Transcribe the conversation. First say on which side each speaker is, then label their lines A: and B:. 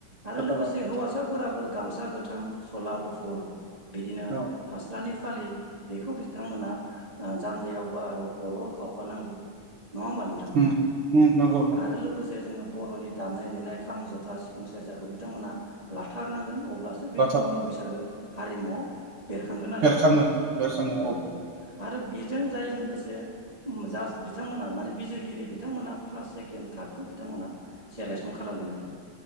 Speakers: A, on the right; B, on the right.
A: आरो
B: फोथारानो
A: लोगोसे हौवासाफोराबो गामसा गोथां सला गुफुर बिदिनो
B: औ
A: फास्रानि फालि बेखौ बिथांमोना जानजियावबा आरो खर'आव खाखानांगौ। नङा होमबा नोंथां
B: उम उम नंगौ नंगौ
A: आरो लोगोसे से जोङो बर'नि दामनाय देनाय खाम जथा सिफुं सेरजाखौ बिथांमोनहा लाथारनांगोन अब्लासो बेयो
B: बाथार
A: जोंनि बैसागो हारिमुआव बेरखांगोन आरो
B: बेरखाङो बेरखाङो
A: औ आरो बेजों जाय लोगोसे जास्ट बिथांमोनहा माने बिजिरगिरि बि बिथांमोनहा फार्स्ट सेकेण्ड थार्दखौ बिथांमोना सेलेकसन खालामगोन आरो।